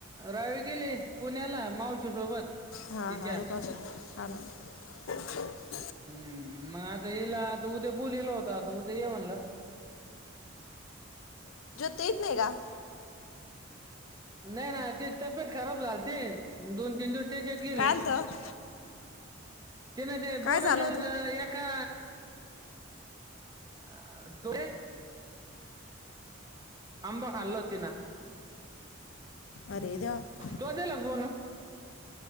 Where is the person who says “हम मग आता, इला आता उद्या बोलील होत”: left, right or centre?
Right